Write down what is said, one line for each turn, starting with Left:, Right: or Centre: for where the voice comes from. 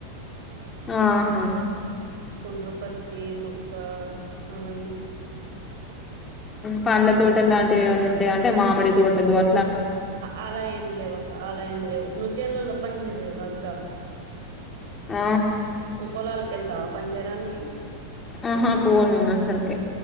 Left: ఆహా
Right: ఒండ్ర పత్తి మొక్క అవన్నీ
Left: పండ్ల తోటలు లాంటివి ఏమన్నా ఉంటాయా అంటే మామిడి తోటలు అ
Right: అలా ఏం లేవు అక్క అలా ఏం లేవు నువ్వు చేల్లల్లో పని చేసేద అక్క
Left: ఆ
Right: నువ్వు పొలాలకు యెళ్తావా పని చేయడానికి
Left: ఆహా పోను నేను ఆకడికి